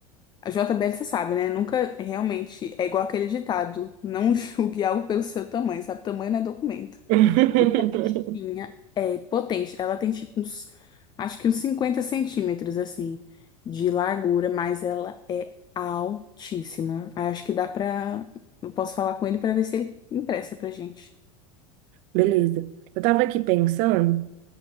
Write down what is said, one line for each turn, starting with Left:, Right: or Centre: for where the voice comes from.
Left: A JBL, você sabe, né? Nunca realmente é igual aquele ditado, não <laughs> julgue algo pelo seu tamanho, sabe? Tamanho não é documento.
Right: <laughs>
Left: Porque a bichinha é potente. Ela tem tipo uns, acho que uns 50 centímetros, assim, de largura, mas ela é altíssima. Aí Acho que dá pra. Eu posso falar com ele pra ver se ele empresta pra gente.
Right: Beleza. Eu tava aqui pensando,